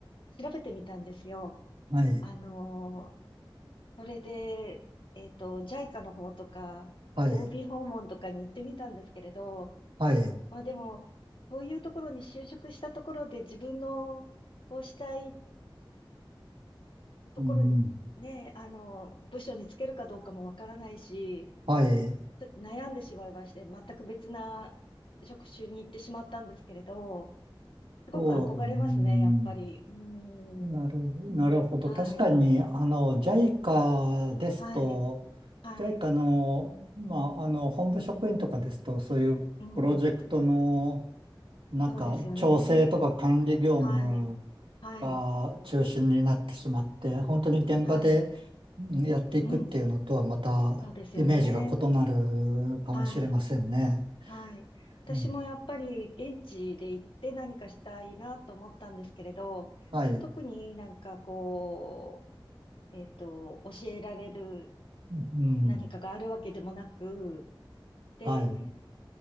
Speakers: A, on the left; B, on the right.
A: 調べてみたんですよ。
B: はい、
A: あの、それで、えっと、JICA の方とか、
B: はい、
A: OB 訪問とかに行ってみたんですけれど、
B: はい、
A: まあでも、そういうところに就職したところで自分のこうしたい、ところにね、
B: うん、
A: あの、部署につけるかどうかもわからないし、
B: はい、
A: ちょっと悩んでしまいまして、全く別な職種に行ってしまったんですけれど、すごく憧れますね、
B: そう、うん、
A: やっぱり。うー
B: なる、
A: ん。
B: なるほど。
A: はい。
B: 確かに、あの、JICA ですと、
A: はい。はい。
B: JICA の、まあ、あの、本部職員とかですと、そういうプロジェクトの、
A: うん。
B: なんか、
A: そうですよね。
B: 調整とか管理業務
A: はい。はい。
B: が中心になってしまって、本当に現場でうんやっていくっていうのとは、
A: はい。うん。
B: また、
A: そうですよね。
B: イメージが異なるかもしれませんね。
A: はい。はい。私もやっぱり現地で行って何かしたいなと思ったんですけれど、
B: うん、はい。
A: 特になんかこう、えっと、教えられる
B: うん。
A: 何かがあるわけでもなく、で、
B: はい。